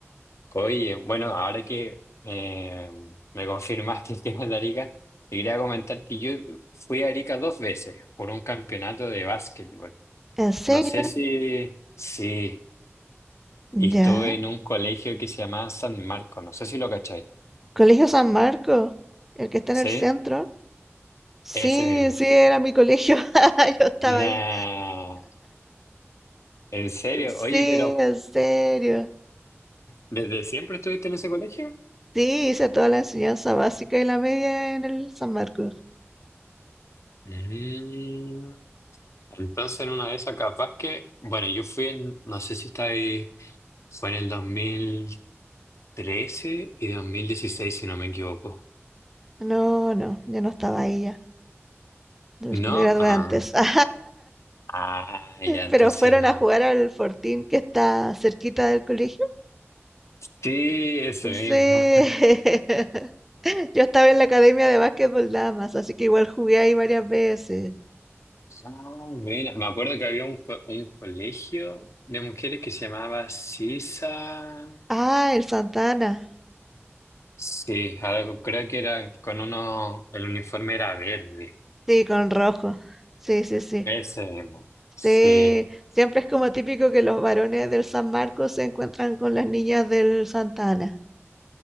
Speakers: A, on the left; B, in the centre.
A: Oye, bueno, ahora que eh, me confirmaste <laughs> que eras de Arica, te quería comentar que yo fui a Arica dos veces por un campeonato de básquetbol.
B: ¿En serio?
A: No sé si... Sí, y estuve
B: Ya.
A: en un colegio que se llamaba San Marco, no sé si lo cacháis.
B: Colegio San Marco, el que está
A: ¿Sí?
B: en el centro. Sí,
A: Ese mismo.
B: sí, era mi colegio. <laughs> Yo estaba
A: Nah,
B: ahí.
A: ¿en serio?
B: Sí,
A: Oye, pero
B: en serio.
A: ¿desde siempre estuviste en ese colegio?
B: Sí, hice toda la enseñanza básica y la media en el San Marcos.
A: Mm, Entonces, en una de esas, capaz que, bueno, yo fui en, no sé si está ahí, fue en el dos mil trece y 2016 si no me equivoco.
B: No, no, yo no estaba ahí ya. Yo
A: ¿No?
B: Me gradué
A: Ah,
B: antes. <laughs>
A: ah, ya, entonces
B: Pero fueron
A: no.
B: a jugar al Fortín que está cerquita del colegio.
A: Sí, ese
B: Sí.
A: mismo.
B: <laughs> Yo estaba en la academia de básquetbol damas, así que igual jugué ahí varias veces.
A: Ah, mira, me acuerdo que había un, co- un colegio de mujeres que se llamaba Sisa
B: Ah, el Santana.
A: Sí, algo, creo que era con uno, el uniforme era verde.
B: Sí, con rojo. Sí, sí, sí.
A: Ese mismo. Sí.
B: Sí, siempre es como típico que los varones del San Marcos se encuentran con las niñas del Santana.